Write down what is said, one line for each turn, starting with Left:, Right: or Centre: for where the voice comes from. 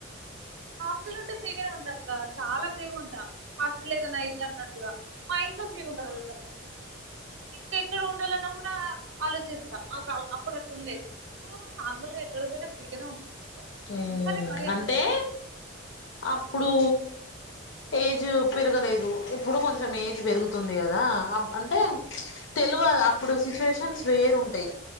Right: హాస్టల్ ఉంటే ఫ్రీగానే ఉంటా అక్క చాలా ఫ్రీగా ఉంటా హాస్టల్ ఏదైనా అయిది అన్నట్టుగా మా ఇంట్లో ఫ్రీ ఉండగలుగుతా మళ్ళీ ఇంకా ఎక్కడ ఉండాలన్నా కూడా ఆలోచిస్తా అప్పుడు అట్లా ఉండేది ఇప్పుడు నార్మల్ గా ఎక్కడ పోయినా ఫ్రీగానే ఉంటా
Left: ఉమ్
Right: సరే మరీ అంత
Left: అంటే
Right: ఫ్రీ ఉం
Left: అప్పుడు ఏజ్ పెరగలేదు ఇప్పుడు కొంచెం ఏజ్ పెరుగుతుంది కదా ఆ అంటే తెలు అప్పుడు సిచ్చువేషన్ వేరు ఉంటాయి